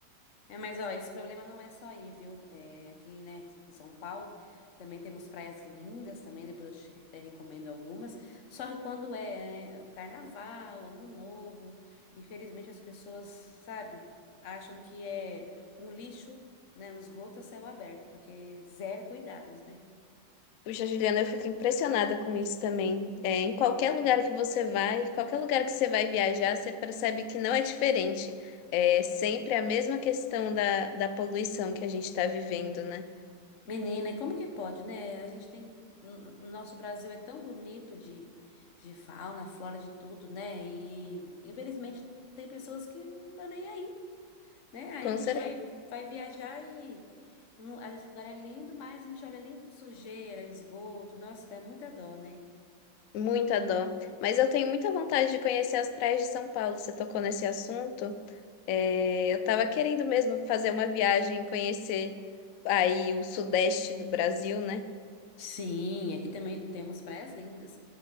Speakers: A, on the left; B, on the left.
A: É, mas, ó, esse problema não é só aí, viu? É, aqui, né, em São Paulo, também temos praias lindas também, depois eu te até recomendo algumas. Só que quando é, né, carnaval, ano novo, infelizmente as pessoas, sabe, acham que é um lixo, né, um esgoto a céu aberto, porque zero cuidados, né?
B: Puxa, Juliana, eu fico impressionada com isso também. É, em qualquer lugar que você vai, qualquer lugar que você vai viajar, você percebe que não é diferente. É sempre a mesma questão da, da poluição que a gente está vivendo, né?
A: Menina, e como que pode, né? A gente tem. O nosso Brasil é tão bonito de, de fauna, flora, de tudo, né? E infelizmente tem pessoas que não estão nem aí. né? Aí
B: Com
A: a gente
B: certeza,
A: vai, vai viajar e um, às vezes o lugar é lindo, mas a gente olha ali sujeira, esgoto, nossa, dá muita dó, né?
B: muita dó. Mas eu tenho muita vontade de conhecer as praias de São Paulo. Você tocou nesse assunto? É, eu tava querendo mesmo fazer uma viagem, e conhecer aí o sudeste do Brasil, né?
A: Sim, aqui também temos praias lindas.